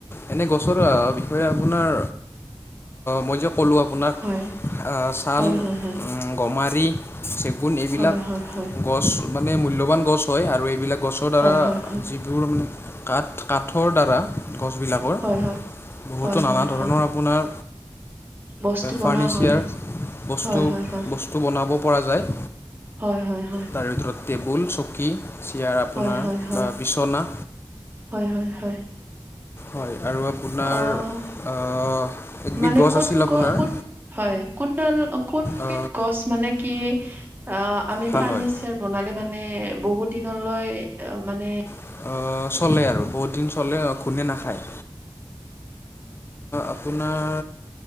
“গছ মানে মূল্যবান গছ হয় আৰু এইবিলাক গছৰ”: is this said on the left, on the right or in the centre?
Left